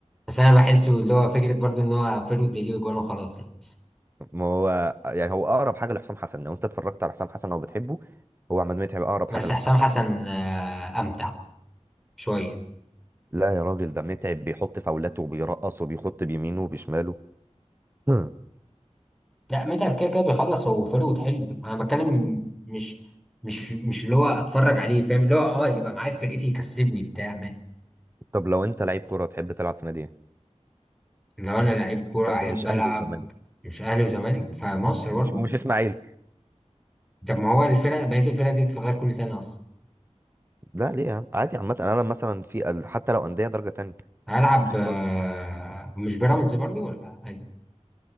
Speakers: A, in the centre; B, on the right.
A: بس انا بحسه اللي هو فكره برضو ان هو فيرود بيجيب جوان وخلاص يعني
B: ما هو يعني هو اقرب حاجه لحسام حسن لو انت اتفرجت على حسام حسن او بتحبه هو عماد متعب اقرب
A: بس
B: حاجه لحسام
A: حسام
B: حسن
A: حسن آه امتع شويه
B: لا يا راجل ده متعب بيحط فاولاته وبيرقص وبيخط بيمينه وبشماله هم.
A: لا متعب كده كده بيخلص هو فيرود حلو انا بتكلم مش مش مش اللي هو اتفرج عليه فاهم اللي هو اه يبقى معايا في فرقتي يكسبني بتاع
B: طب لو انت لعيب كوره تحب تلعب في نادي ايه
A: لو انا لعيب كوره
B: بس
A: احب
B: مش
A: العب
B: اهلي وزمالك
A: مش اهلي وزمالك فمصر
B: ومش
A: برضه
B: مش اسماعيلي
A: طب ما هو الفرق بقيه الفرق دي بتتغير كل سنه اصلا
B: لا ليه يا عم عادي عامه انا مثلا في ال- حتى لو انديه درجه تانية
A: هلعب
B: اختار
A: آه، مش بيراميدز برضه ولا عادي؟